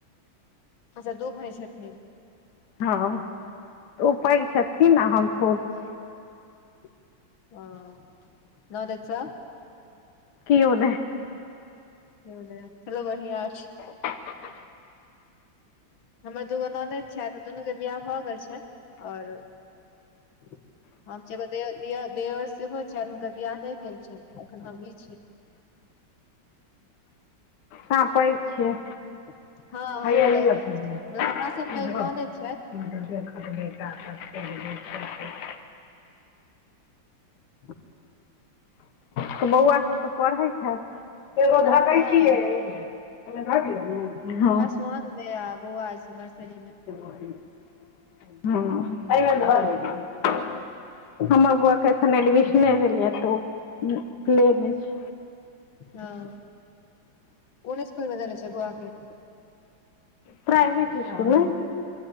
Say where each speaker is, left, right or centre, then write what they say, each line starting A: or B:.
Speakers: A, on the left; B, on the left.
A: अच्छा दु भाइ छथिन?
B: हँ <inaudible> त ओ पैघ छथिन
A: ओ
B: आ हम छोट। छी
A: <inaudible> <unintelligible>
B: किओ नै।
A: <unintelligible> हेलो बढ़िआँ।
B: <unintelligible>
A: हमर दू गो ननैद छथि आ दुनूके बियाह भ गेल छनि आओर <inaudible> <unintelligible> दिअर सेहो छनि, हुनकर बियाह नै भेल छनि अखन हमहीं छी।
B: अहाँ पैघ छियै?
A: <inaudible> हँ हम
B: हैया
A: पैघे
B: लिअ पहिने
A: छी, हमरा सं पैघ
B: ई धऽ
A: ननैद छैथ।
B: <unintelligible>
A: ह्म
B: त बौआ सब त पढ़ैत हैत? एगो ध दै
A: हँ
B: छी यै, <inaudible> अइमे ध धिअ ने? हं
A: क देबै आ बौआ अछि नर्सरी मे।
B: <unintelligible> अइमे ध देलियै। हमर बौआ के अखन एडमिशने भेलिय तऽ प्ले में छै।
A: हँ, कोन स्कुलमें देने छै बौआकेे।
B: प्राइवेट इसकुल में।